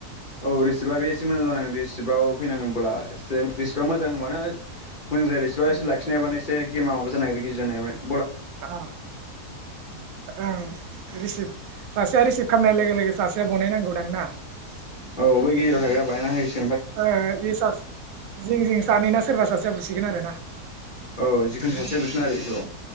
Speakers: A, on the left (about 45°); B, on the right (about 70°).
A: औ रिसिभार बे एसे मोजां जानांगोन रिसिभआव फैनांगोनबोला एसे रिसिभा मोजां होनबानो मोजां जाया रिसिभा
B: उम
A: एसे लाखिनो हायाबानो से गेमा माबा जानो नागेरो <unintelligible>
B: औ औ रिसिभ सासेया रिसिभ खाम नाय लोगो लोगो सासेया बनायनांगौ दां ना?
A: औ बै गेजेराव थाग्राया बानायना होयो।
B: ओ इसास जिं जिं सानैना सोरबा सासेया बुसिगोन आरोना।
A: औ जिखुनु सासेया बुसिगोन आरो इखौ।